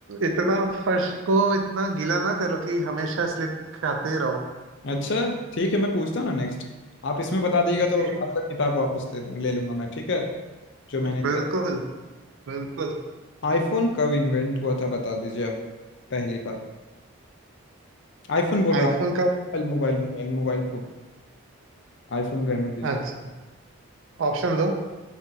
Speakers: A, on the right; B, on the left.
A: इतना फर्श को इतना गीला ना करो कि हमेशा स्लिप खाते रहो
B: अच्छा ठीक है मैं पूछता हूँ ना नेक्स्ट आप इसमें बता दीजिएगा तो
A: जी
B: आपका किताब वापस दे दूँ ले लूंगा मैं ठीक है जो मैंने दिया
A: बिल्कुल बिल्कुल
B: आईफोन कब इन्वेंट हुआ था बता दीजिए आप पहली बार आईफोन बोल रहा
A: आईफोन
B: हूँ mobile
A: का
B: mobile mobile mobile phone IPhone रहने दीजिए
A: अच्छा ऑप्शन दो